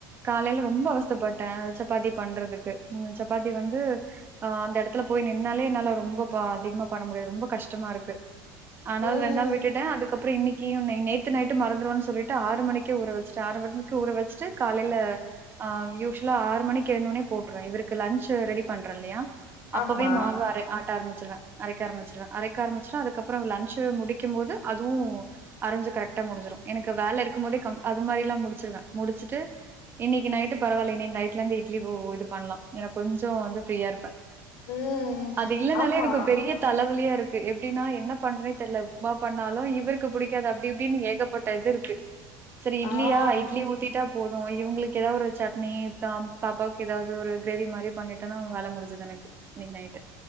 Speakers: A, on the right; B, on the left.
A: காலையில ரொம்ப அவஸ்தப்பட்டே சப்பாத்தி பண்றதுக்கு உம் சப்பாத்தி வந்து ஆ அந்த எடத்துல போய் நின்னாலே என்னால ரொம்ப பா அதிகப் பண்ண முடியாது ரொம்ப கஷ்டமா இருக்கு ஆனால்
B: ம்
A: ரெண்டு நாள் விட்டுட்டே அதுக்கப்றோ இன்னைக்கியுன்னு நேத்து நைட்டு மறந்துறுவேன்னு சொல்லிட்டு ஆறு மணிக்கு ஊற வச்சிட்டே ஆறு மணிக்கு ஊற வச்சிட்டு காலையில்ல ஆ யூஷுல்லா ஆறு மணிக்கு எந்னோனே போட்டுவே இவருக்கு லஞ்சு ரெடி பண்றே இல்லையா அப்பவே
B: ஆமா
A: மாவு அர ஆட்ட ஆரம்பிச்சிருவே அரைக்க ஆரம்பிச்சிருவே அரைக்க ஆரம்பிச்சுட்டா அதுக்கப்றோ லஞ்சு முடிக்கும்மோது அதுவு அரைஞ்சு கரெக்டா முடிஞ்சிடு எனக்கு வேல இருக்கும்போதே கம் அது மாரி எல்லா முடிச்சிருவே முடிச்சுட்டு இன்னிக்கு நைட்டு பரவாயில்ல இன்னைக்கு நைட்லயிருந்து இட்லி இது பண்ணலா ஏன்னா கொஞ்சோ வந்து ஃப்ரீயா இருப்பே
B: ம்
A: அது இல்லன்னாலே
B: ஆமா
A: எனக்கு ஒரு பெரிய தலவலியா இருக்கு எப்டின்னா என்ன பண்றேனே தெரில உப்மா பண்ணாலு இவருக்கு புடிக் அப்டி இப்டின்னு ஏகப்பட்ட இது இருக்கு செரி இட்லியா
B: ஆ
A: இட்லி ஊத்திட்டா போது இவங்களுக்கு ஏதா ஒரு சட்னி பாப்பாவுக்கு எதாவது ஒரு கிரேவி மாரி பண்ணிட்டேன்னா வேல முடிஞ்சிது எனக்கு இன்னிக்கு நைட்டு